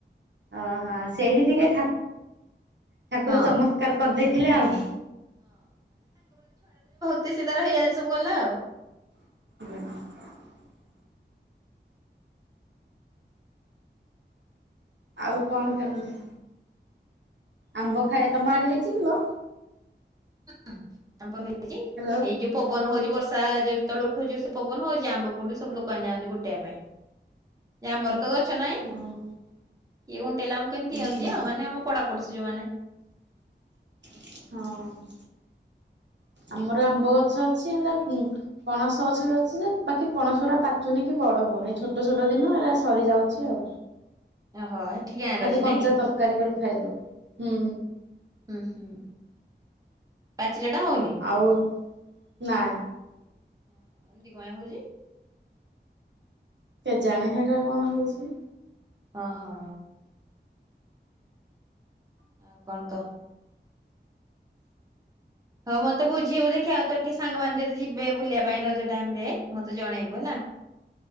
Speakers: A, on the right; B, on the right.
A: ଓହୋ ସେଇଠି ଟିକେ ଠା ଠାକୁର
B: ହଁ
A: ଚମତ୍କାର କରିଦେଇଥିଲେ ଆଉ
B: ତେ ସେ ତାର ହେଇଆଡ଼େ ସବୁ ଗଲା ଆଉ
A: <unintelligible> ଆଉ କଣ ଚାଲିଛି? ଆମ୍ୱ ଖାଇବା, ତୋମ ଆଡ଼େ ହେଇଚି କିଲୋ?
B: ହଁ ଆମ୍ୱ ହେଇଚି,
A: ହ୍ୟାଲୋ?
B: ଏଇ ଯୋଉ ପବନ ହୋଉଚି ବର୍ଷା ଯେତେବେଳେ ଉଠୋଉଚି ଜୋରସେ ପବନ ହଉଚି ଆମ୍ବ ପଡୁଚି ସବୁ ଲୋକମାନେ ଯାଆନ୍ତି ଗୋଟେଇବା ପାଇଁ। ଯେ ଆମର ତ ଗଛ ନାଇଁ।
A: ଓହୋ
B: କିଏ
A: ହୁଁ
B: ଖୁଣ୍ ଟେଲାଙ୍ଗୁ କେମିତି ଦିଅନ୍ତି
A: ହୁଁ
B: ଆଉ ମାନେ ଆମ ପଡା ପଡୋସି ଯୋଉମାନେ।
A: ହଁ। ଆମର ଆମ୍ବ ଗଛ ଅଛି, ହେଲେ ଉଁ, ପଣସ ଗଛ ବି ଅଛି ଯେ ବାକି ପଣସ ଉରା ପାଚୁନି କି ବଡ ହଉନାହିଁ, ଛୋଟ ଛୋଟ ଦିନ ହେରା ସରି ଯାଉଛି ଆଉ।
B: ଓହୋ ଏଠି ଗାଁରେ
A: ଖାଲି
B: ଅଛି
A: କଞ୍ଚା
B: ନାଇଁ
A: ତରକାରୀ କରି ଖାଇଦଉ, ହୁଁ।
B: ହୁଁ ହୁଁ ପାଚିଲାଟା ହଉନି।
A: ଆଉ ନାଇଁ।
B: ଓ ହୋ ଏମିତି କୟାଁ ହଉଚି?
A: କେଜାଣି ହେଟା କଣ ହଉଛି।
B: ଓ ହୋ। ଆଉ କଣ କହ? ହଁ ମୋତେ ବୁଝିବୁ ଦେଖିଆ ଆଉ ତୋର କି ସାଙ୍ଗମାନେ ଯଦି ଯିବେ ବୁଲିବା ପାଇଁ ରଜ ଟାଇମ୍ ରେ ମୋତେ ଜଣେଇବୁ ହେଲା।